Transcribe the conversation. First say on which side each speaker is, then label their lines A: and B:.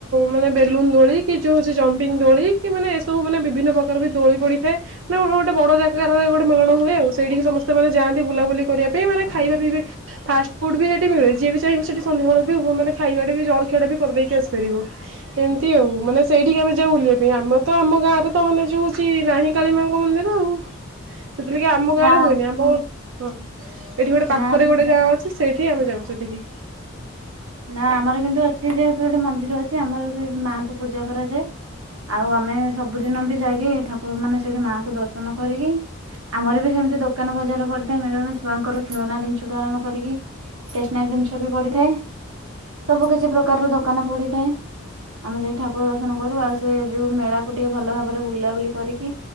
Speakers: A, on the right; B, on the right.
A: ମାନେ ବେଲୁନ ଦୋଳି କି ଯୋଉ ହୋଉଚି ଜମ୍ପିଙ୍ଗ ଦୋଳି କି ମାନେ ଏସବୁ ମାନେ ବିଭିନ୍ନ ପ୍ରକାର ବି ଦୋଳି ପଡିଥାଏ, ହଁ ଗୋଟେ ବଡ ଜାଗାରେ ଗୋଟେ ମେଳଣ ହୁଏ ଆଉ ସେଇଠିକି ସମସ୍ତେ ମାନେ ଯାଆନ୍ତି ବୁଲାବୁଲି କରିବା ପାଇଁ ମାନେ ଖାଇବା ପିଇବା ଫାଷ୍ଟ ଫୁଡ ବି ସେଇଠି ମିଳେ, ଯିଏ ବି ଚାହିଁବ ସେଠି ସନ୍ଧ୍ୟାବେଳ ମାନେ ଖାଇବାଟା ବି ଜଳଖିଆ ଟା ବି କରିଦେଇକି ଆସିପାରିବ ଏମିତି ଆଉ ମାନେ ସେଠି ଆମେ ଯାଉ ଆମ ତ ଆମ ଗାଁରେ ତ ମାନେ ଜ ହୋଉଚି ରାଣୀ କାଳୀ ମାଙ୍କ ମନ୍ଦିର ଆଉ ସେଥିଲାଗି ଆମ ଗାଁରେ
B: ନା
A: ହୁଏନି ଆମ ହଁ ଏଠି ଗୋଟେ ପାଖରେ
B: ନା କିନ୍ତୁ
A: ଗୋଟେ ଗାଁ ଅଛି ସେଇ ଏଠି ଆମେ ଯାଉ ସେଠିକି। <inaudible>
B: ନା ଆମର କିନ୍ତୁ ଅଛି ଯେହେତୁ ସେଠି ମନ୍ଦିର ଅଛି ଆମର ସେଠି ମାଆଙ୍କୁ ପୂଜା କରାଯାଏ ଆଉ ଆମେ ସବୁଦିନ ବି ଯାଇକି ଠାକୁର ମାନେ ସେଇଠି ମାଆଙ୍କୁ ଦର୍ଶନ କରିକି ଆମର ବି ସେମିତି ଦୋକାନ ବଜାର ପଡିଥାଏ ମେଳଣ ଛୁଆଙ୍କର ଖେଳନା ଜିନିଷଠୁ ଆରମ୍ଭ କରିକି ଷ୍ଟେସନାରୀ ଜିନିଷ ବି ପଡିଥାଏ। ସବୁ କିଛି ପ୍ରକାରର ଦୋକାନ ପଡିଥାଏ ଆମେ ଯାଇକି ଠାକୁର ଦର୍ଶନ କରୁ ଆଉ ସେ ଯୋଉ ମେଳାକୁ ଟିକେ ଭଲ ଭାବରେ ବୁଲାବୁଲି କରିକି